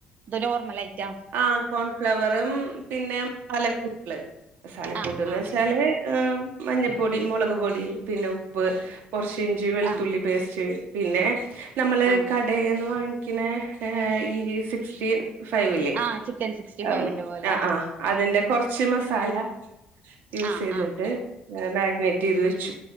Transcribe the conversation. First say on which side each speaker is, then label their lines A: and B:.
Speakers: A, on the right; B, on the right.
A: അത് നോർമൽ അയിറ്റാ
B: ആഹ് കോൺഫ്ലവറും പിന്നെ മസാലക്കൂട്ടള് മസാലക്കൂട്ടന്ന്
A: ആഹ് ആഹ്
B: വെച്ചാല്- മഞ്ഞപ്പൊടി മുളക് പൊടി പിന്നെ ഉപ്പ് കൊറച്ച് ഇഞ്ചി വെളുത്തുള്ളി-
A: ആഹ്
B: പേസ്റ്റ് പിന്നെ നമ്മള്
A: ആഹ്
B: കടെന്ന് വാങ്ങി- പിന്നെ ഈ സിക്സ്റ്റീൻ ഫൈവില്
A: ആഹ് ചിക്കൻ സിക്സ്റ്റി
B: ആഹ്
A: ഫൈവിന്റെ പോലെ
B: ആഹ് അതിന്റെ- കൊറച്ച് മസാല യൂസ്
A: ആഹ്
B: ചെയ്തിട്ട്
A: ആഹ്
B: മാഗ്നെറ്റ് ചെയ്ത് വെച്ചു